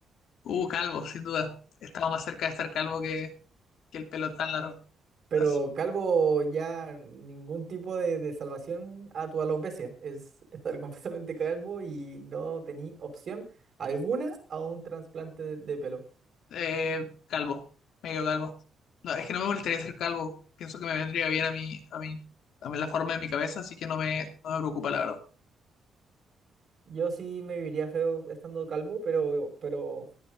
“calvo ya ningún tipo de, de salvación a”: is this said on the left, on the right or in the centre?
Right